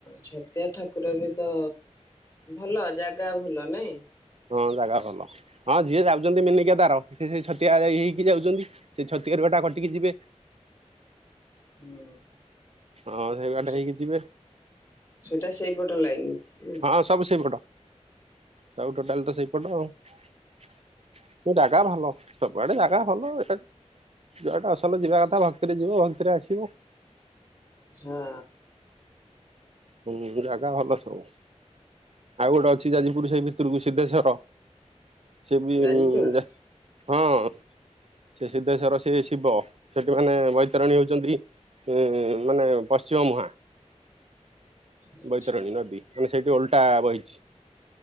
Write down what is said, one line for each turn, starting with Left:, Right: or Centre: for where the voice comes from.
Left: ଛତିଆ ଠାକୁର ବି ତ ଭଲ ଜାଗା ଭଲ ନାଇଁ।
Right: ହଁ ଜାଗା ଭଲ ହଁ ଯିଏ ଯାଉଚନ୍ତି ମିନି କେଦାର ସିଏ ସେଇ ଛତିଆ ହେଇକି ଯାଉଚନ୍ତି ସେ ଛତିଆରୁ ଏଇଟା କଟିକି ଯିବେ।
Left: ହୁଁ
Right: ହଁ ସେଇ ବାଟ
Left: ସେ
Right: ହେଇକି ଯିବେ
Left: ସେଟା ସେଇପଟ ଲାଇନ୍ ନା।
Right: ହଁ ସବୁ ସେଇପଟ। ସବୁ ଟୋଟାଲ ତ ସେଇପଟ ଆଉ ସେ ଜାଗା ଭଲ ସବୁଆଡେ ଜାଗା ଭଲ <unintelligible> ଅସଲ ଯିବା କଥା ଭକ୍ତିରେ ଯିବ ଭକ୍ତିରେ ଆସିବ।
Left: ହଁ।
Right: ହୁଁ ଜାଗା ଭଲ ସବୁ। ଆଉ ଗୋଟେ ଅଛି ଯଦି ପୁରୁଷେ ଭିତୁରୁକୁ ସିଧେଶ୍ଵର ସେ ବି
Left: ଯାଜପୁରରେ?
Right: ଉଁ ଯା ହଁ। ସେ ସିଦ୍ଧେଶ୍ବର ସେ ଶିବ। ସେଠି ମାନେ ବୈତରଣୀ ହଉଛନ୍ତି ଉ ମାନେ ପଶ୍ଚିମ ମୁହାଁ
Left: ଆଚ୍ଛା
Right: ବୈତରଣୀ ନଦୀ ମା ସେଇଠି ଓଲଟା ବହିଛି।